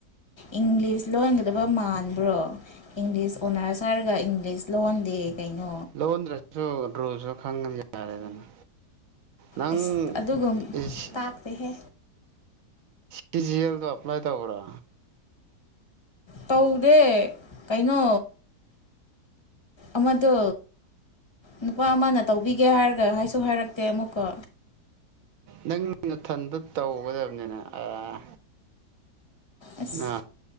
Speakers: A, on the left; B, on the right.
A: ꯏꯪꯂꯤꯁ ꯂꯣꯟꯒꯗꯕ ꯃꯥꯟꯕ꯭ꯔꯣ ꯏꯪꯂꯤꯁ ꯑꯣꯅꯔꯁ ꯍꯥꯏꯔꯒ ꯏꯪꯂꯤꯁ ꯂꯣꯟꯗꯦ ꯀꯩꯅꯣ
B: ꯂꯣꯟꯗ꯭ꯔꯖꯨ ꯔꯨꯜꯖꯨ ꯈꯪꯉꯗꯤ ꯌꯥꯔꯦꯗꯅꯥ ꯅꯪ
A: ꯑꯁ ꯑꯗꯨꯒꯨꯝ
B: ꯏꯁ
A: ꯇꯥꯛꯇꯦꯍꯦ
B: ꯁꯤ ꯖꯤ ꯑꯦꯜ ꯗꯣ ꯑꯦꯄ꯭ꯂꯥꯏ ꯇꯧꯕ꯭ꯔꯥ
A: ꯇꯧꯗꯦ ꯀꯩꯅꯣ ꯑꯃꯗꯣ ꯅꯨꯄꯥ ꯑꯃꯅ ꯇꯧꯕꯤꯒꯦ ꯍꯥꯏꯔꯒ ꯍꯥꯏꯁꯨ ꯍꯥꯏꯔꯛꯇꯦ ꯑꯃꯨꯛꯀ
B: ꯅꯪ ꯅꯊꯟꯗ ꯇꯧꯒꯗꯕꯅꯤꯅꯦ ꯑꯦ
A: ꯑꯁ
B: ꯅꯥ